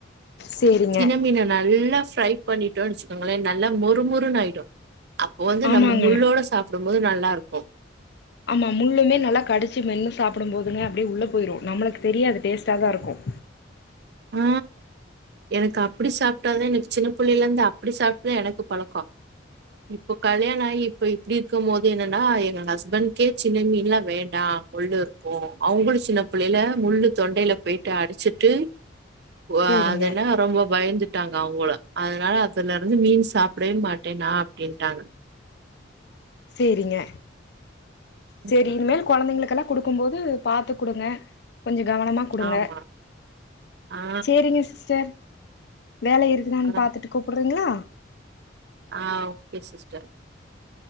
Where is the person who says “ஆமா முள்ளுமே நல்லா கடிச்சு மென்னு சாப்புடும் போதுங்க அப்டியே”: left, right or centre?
Left